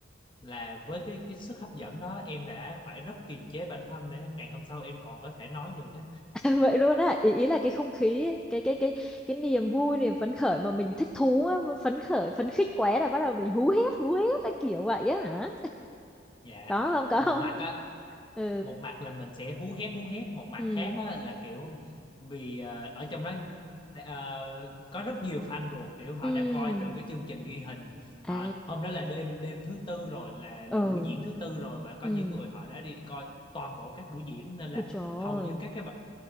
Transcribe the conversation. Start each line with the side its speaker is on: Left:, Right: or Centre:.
Left: là với cái cái sức hấp dẫn đó em đã phải rất kiềm chế bản thân để ngày hôm sau em còn có thể nói được á
Centre: <laughs> vậy luôn á ý, ý là cái không khí ấy, cái cái cái cái niềm vui niềm phấn khởi mà mình thích thú á, mà phấn khởi phấn khích quá là bắt đầu mình hú hét hú hét cái kiểu vậy á hả
Left: dạ
Centre: có không có
Left: một
Centre: không
Left: mặt
Centre: <laughs>
Left: á
Centre: ừ
Left: một mặt là mình sẽ hú hét hú hét một mặt
Centre: ừ
Left: khác á, là kiểu vì ờ, ở trong đó ờ, có rất nhiều fan ruột kiểu họ
Centre: ừ
Left: đã coi từ cái chương trình ghi hình họ
Centre: À,
Left: hôm đó là đêm đêm thứ tư rồi là
Centre: ờ,
Left: là buổi diễn thứ tư rồi và có
Centre: ừ,
Left: những người họ đã đi coi toàn bộ các buổi diễn nên là
Centre: ôi trời ơi.
Left: hầu như các cái bài-